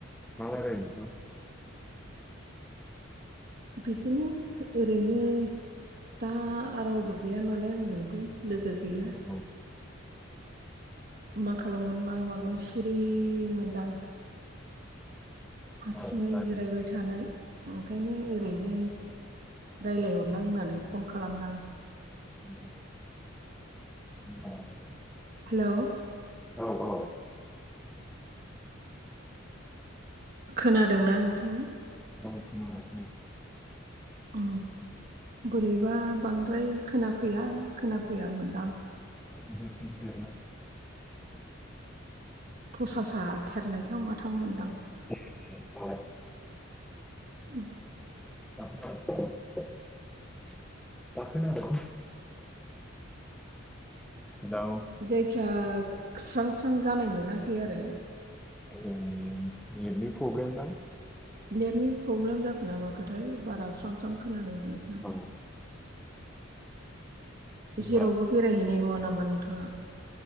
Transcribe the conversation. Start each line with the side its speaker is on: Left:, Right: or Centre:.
Centre: मा रायलायनो नोंथां
Right: बिदिनो ओरैनो दा रावबो गैया नालाय आंजों लोगो गैया
Centre: नोंथां औ
Right: मा खालामगोन मा मागोन सिरि मोनदां। हारसिङै
Centre: होमबा
Right: जिरायबाय थानाय ओंखायनो ओ रैनो रायज्लायहरनां होननानै फन खालामदां।
Centre: <unintelligible>
Right: हेल'
Centre: औ
Right: खोनादोंना नोंथाङा?
Centre: औ खोनागासिनो
Right: अ बोरैबा बांद्राय खोनाफैया खोनाफैया मोनदां।
Centre: <inaudible>
Right: थसासा थेरनाय थां माथां मोनदां
Centre: <unintelligible>
Right: उ
Centre: <inaudible> हेल'
Right: जायखिया स्रां स्रां जानाय मोनाखै आरो
Centre: उ ने-नेटनि प्रब्लेम दा
Right: नेटनि प्रब्लेम जाखो नामाखोथाय बारा स्रां स्रां खोनानो मोनाखै आं
Centre: औ होमबा
Right: जेरावबो बेरायहैनाय नङा नामा नोंथाङा